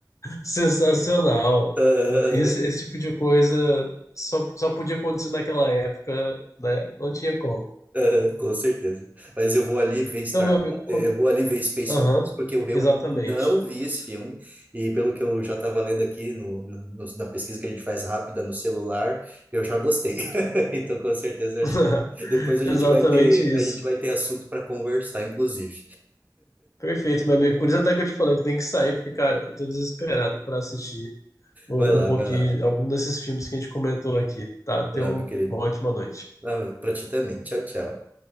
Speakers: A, on the left; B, on the right.
A: Sensacional.
B: Ah,
A: Esse, esse tipo de coisa só, só podia acontecer naquela época, né? Não tinha como.
B: ah, com certeza. Mas eu vou ali ver Star,
A: Então, meu amigo, co-
B: eu vou ali ver Spaceballs,
A: Aham,
B: porque eu realmente
A: exatamente.
B: não vi esse filme. E pelo que eu já estava lendo aqui no, no- no- na pesquisa que a gente faz rápida no celular, eu já gostei. <laughs> Então, com certeza, eu
A: <laughs>
B: acho que depois a
A: Exatamente
B: gente vai ter,
A: isso.
B: a gente vai ter assunto para conversar, inclusive.
A: Perfeito, meu amigo. Por isso até que eu te falei que tem que sair, porque, cara, eu tô desesperado pra assistir um,
B: Vai lá,
A: um pouquinho,
B: vai lá,
A: algum desses filmes que a gente comentou aqui, tá? Tenha
B: vai lá,
A: um-
B: meu querido.
A: uma ótima noite.
B: Ah, ti também. Tchau, tchau.